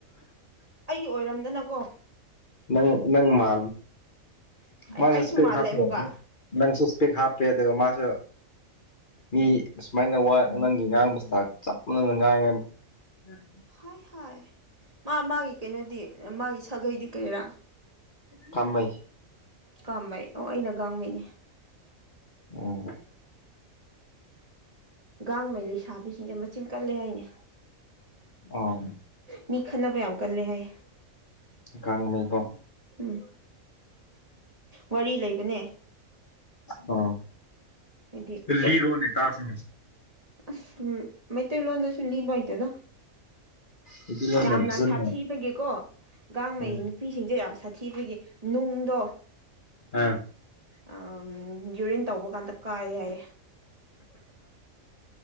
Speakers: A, on the right (about 30°); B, on the left (about 40°).
A: ꯑꯩꯒꯤ ꯑꯣꯏꯔꯝꯗꯅꯀꯣ
B: ꯅꯪ ꯅꯪ ꯃꯥ
A: ꯑꯦꯁ
B: ꯃꯥꯁꯨ
A: ꯑꯩꯁꯨ
B: ꯏꯁꯄꯦꯛ
A: ꯃꯥꯜꯂꯦ
B: ꯍꯥꯞꯄꯦ
A: ꯑꯃꯨꯛꯀ
B: ꯅꯪꯁꯨ ꯏꯁꯄꯦꯛ ꯍꯥꯞꯄꯦ ꯑꯗꯨꯒ ꯃꯥꯁꯨ ꯃꯤ ꯑꯁꯨꯃꯥꯏꯅ ꯋꯥ ꯅꯪꯒꯤ ꯉꯥꯡꯕ ꯁꯇꯥꯥꯏꯟ ꯆꯞ ꯃꯅꯅ ꯉꯥꯡꯉꯦꯕ <unintelligible>
A: ꯍꯥꯏ ꯍꯥꯏ ꯃꯥ ꯃꯥꯒꯤ ꯀꯩꯅꯣꯗꯤ ꯃꯥꯒꯤ ꯁꯥꯒꯩꯗꯤ ꯀꯩꯔꯥ
B: ꯀꯥꯃꯩ
A: ꯀꯥꯃꯩ ꯑꯣ ꯑꯩꯅ ꯒꯥꯡꯃꯩꯅꯦ
B: ꯑꯣ
A: ꯒꯥꯡꯃꯩ ꯂꯩꯁꯥꯕꯤꯁꯤꯡꯁꯦ ꯃꯆꯤꯟ ꯀꯜꯂꯦ ꯍꯥꯏꯅꯦ
B: ꯑꯣ
A: ꯃꯤ ꯈꯠꯅꯕ ꯌꯥꯝ ꯀꯜꯂꯦ ꯍꯥꯏꯌꯦ
B: ꯒꯥꯡꯃꯩꯀꯣ
A: ꯎꯝ ꯋꯥꯔꯤ ꯂꯩꯕꯅꯦ
B: ꯑꯣ
A: ꯍꯩꯗꯤ
B: ꯄꯨꯟꯁꯤꯔꯣꯟꯅꯤ ꯇꯥꯁꯅꯤ
A: ꯑꯁ ꯎꯝ ꯃꯩꯇꯩ ꯂꯣꯟꯗꯁꯨ ꯂꯤꯕ ꯍꯩꯇꯦꯗ
B: ꯑꯗꯨ ꯂꯣꯟ
A: ꯌꯥꯝꯅ
B: ꯌꯥꯝ ꯐꯖꯅ
A: ꯁꯥꯊꯤꯕꯒꯤꯀꯣ ꯒꯥꯡꯃꯩ
B: ꯎꯝ
A: ꯅꯨ ꯄꯤꯁꯤꯡꯁꯦ ꯌꯥꯝ ꯁꯥꯊꯤꯕꯒꯤ ꯅꯨꯡꯗꯣ
B: ꯑꯥ
A: ꯑꯥꯝ ꯌꯨꯔꯤꯟ ꯇꯧꯕ ꯀꯥꯟꯗ ꯀꯥꯏ ꯍꯥꯏꯌꯦ